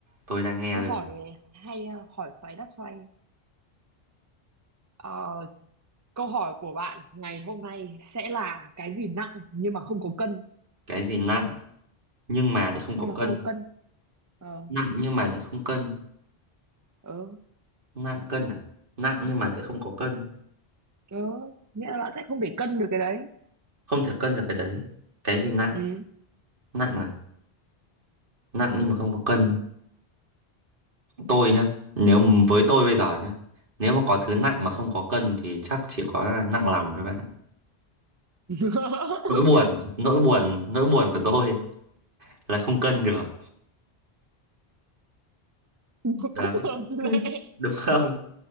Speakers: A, on the right; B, on the right.
A: tôi đang nghe
B: Tôi
A: đây
B: hỏi
A: rồi
B: hay uh, hỏi xoáy đáp xoay. Ờ, câu hỏi của bạn ngày hôm nay sẽ là cái gì nặng nhưng mà không có cân,
A: cái gì nặng nhưng mà lại không
B: nhưng
A: có
B: mà
A: cân
B: không có cân. Ờ,
A: nặng nhưng mà lại không cân
B: ờ,
A: nặng cân à nặng nhưng mà lại không có cân
B: ờ, nghĩa là bạn sẽ không để cân được cái đấy
A: không thể cân được cái đấy cái gì nặng
B: Ừ.
A: nặng à nặng nhưng mà không có cân tôi nhá nếu m- với tôi bây giờ nhá nếu mà có thứ nặng mà không có cân thì chắc chỉ có nặng lòng thôi bạn ạ
B: <laughs>
A: nỗi buồn nỗi buồn nỗi buồn của tôi là không cân được
B: Nó
A: đấy
B: cũng hợp lệ
A: <laughs> đúng không